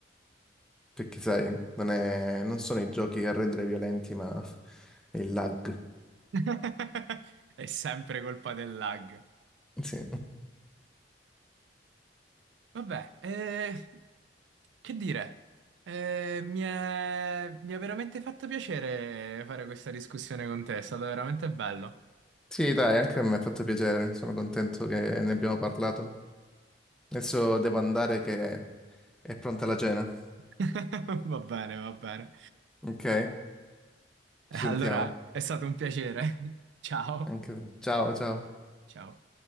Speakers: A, in the centre; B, on the right.
A: perché sai, non è- non sono i giochi a rendere violenti, ma è il lag.
B: <laughs> È sempre colpa del lag.
A: Sì.
B: Vabbè, eh, che dire? Eh, mi è, mi è veramente fatto piacere fare questa discussione con te, è stato veramente bello.
A: Sì, dai, anche a me ha fatto piacere, sono contento che ne abbiamo parlato. Adesso devo andare che È pronta la cena.
B: <laughs> Va bene, va bene.
A: Ok,
B: Allora,
A: ci sentiamo.
B: è stato un piacere. <laughs> Ciao,
A: Anche... te. Ciao, ciao.
B: ciao.